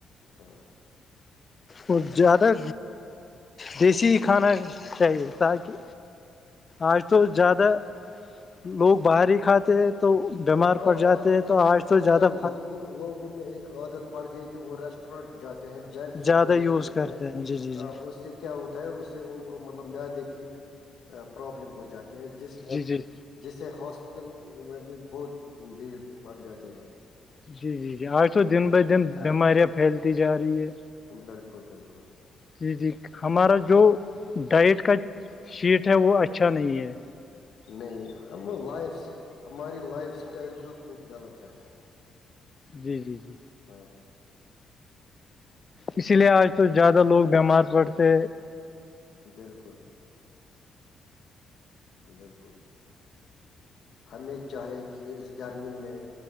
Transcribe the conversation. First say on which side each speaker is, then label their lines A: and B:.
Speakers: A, on the left; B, on the left.
A: ہاں
B: اور زیادہ دیسی کھانا چاہیے تاکہ آج تو زیادہ لوگ باہر ہی کھاتے ہیں تو بیمار
A: ہاں
B: پڑ جاتے
A: آج
B: ہیں تو آج تو زیادہ
A: کل لوگ لوگوں میں ایک عادت پڑ گئی کہ وہ ریسٹورنٹ جاتے ہیں جنک فوڈ
B: زیادہ
A: وغیرہ
B: یوز
A: لیتے
B: کرتے
A: ہیں
B: جی جی
A: اس
B: جی
A: سے کیا ہوتا ہے اس سے ان کو مطلب مدے کی پرابلم ہو جاتی ہے جس
B: جی جی
A: جس سے ہاسپٹل میں بھی بہت بھیڑ پڑ جاتی ہے
B: جی جی جی آج تو دن
A: ہاں
B: ب دن بیماریاں پھیلتی جا رہی ہے
A: بالکل بالکل
B: جی جی ہمارا جو ڈائٹ کا شیٹ ہے وہ اچھا نہیں ہے
A: نہیں ہم لائف ہماری لائف اسٹائل بالکل غلط ہے
B: جی جی جی
A: ہاں
B: اسی لیے آج تو زیادہ لوگ بیمار پڑتے
A: بالکل بالکل ہمیں چاہے کہ اس گرمی میں